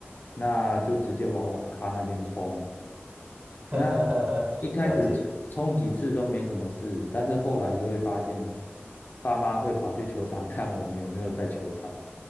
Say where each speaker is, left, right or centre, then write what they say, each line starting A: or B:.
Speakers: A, on the left; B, on the right.
A: 那就直接往网咖那边冲。那
B: <laughs>
A: 一开始冲冲几次都没什么事，
B: 了解
A: 但是后来就会发现，爸妈会跑去球场看我们有没有在球场。